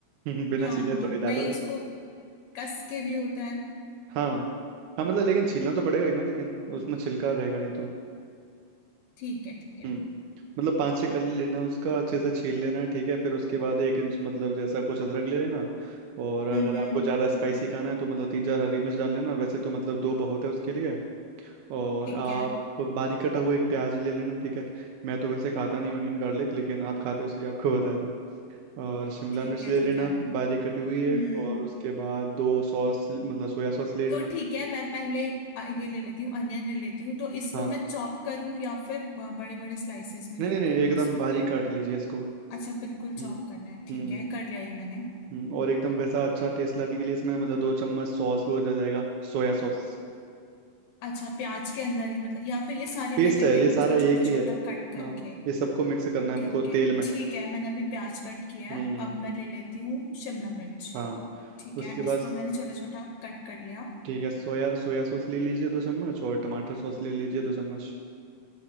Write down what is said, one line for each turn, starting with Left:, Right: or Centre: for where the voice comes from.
Right: <laughs> बिना
Left: हाँ
Right: छीले
Left: हाँ
Right: थोड़ी डालोगे
Left: नहीं उसको कस के भी होता है ना
Right: हाँ हाँ मतलब लेकिन छीलना तो पड़ेगा ही ना लेकिन उसमें छिलका रहेगा नहीं तो
Left: ठीक है ठीक है
Right: हम्म। मतलब पाँच छः कली लेना उसका अच्छे से छील लेना ठीक है फिर उसके बाद एक इंच मतलब जैसा कुछ अदरक ले लेना और
Left: हम्म
Right: अगर
Left: हम्म
Right: आपको ज़्यादा स्पाइसी खाना है तो मतलब तीन चार हरी मिर्च डाल लेना वैसे तो मतलब दो बहुत है उसके लिए और
Left: ठीक
Right: आप
Left: है
Right: बारीक कटा हुआ एक प्याज ले लेना ठीक है मैं तो वैसे खाता नहीं ऑनियन गार्लिक लेकिन आप खाते हो इसलिए आपको <laughs> बता रहा हूँ और शिमला
Left: ठीक
Right: मिर्च
Left: है
Right: ले लेना
Left: ठीक है
Right: बारीक कटी हुई
Left: हम्म
Right: एक और उसके बाद दो सॉस मतलब सोया सॉस ले
Left: तो
Right: लेना
Left: ठीक है मैं पहले अ, ये ले लेती हूँ अनियन ले लेती हूँ तो इसको
Right: हाँ
Left: मैं चॉप करूँ या फिर बड़े बड़े स्लाइसेस में
Right: नहीं
Left: कट
Right: नहीं नहीं
Left: करना
Right: एकदम
Left: है इसको
Right: बारीक काट लीजिए इसको
Left: अच्छा बिल्कुल
Right: हम्म
Left: चॉप करना है ठीक
Right: हम्म
Left: है कर लिया ये मैंने
Right: हम्म, और एकदम वैसा अच्छा टेस्ट लाने के लिए इसमें मतलब दो चम्मच सॉस भी डल जाएगा सोया सॉस
Left: अच्छा प्याज के अंदर ही मतलब या फिर ये सारी
Right: पेस्ट
Left: वेजिटेबल्स
Right: है ये सारा
Left: को छोटा
Right: एक
Left: छोटा
Right: ही है
Left: कट करके
Right: हाँ ये सबको मिक्स करना
Left: ओके
Right: है हमको
Left: ओके
Right: तेल में
Left: ठीक है मैंने अभी प्याज कट किया
Right: हम्म
Left: है अब
Right: हम्म,
Left: मैं ले लेती हूँ शिमला मिर्च
Right: हाँ
Left: ठीक
Right: उसके
Left: है
Right: बाद
Left: इसको मैंने छोटा छोटा कट कर लिया
Right: ठीक है सोया सोया सॉस ले लीजिए दो चम्मच और टमाटर सॉस ले लीजिए दो चम्मच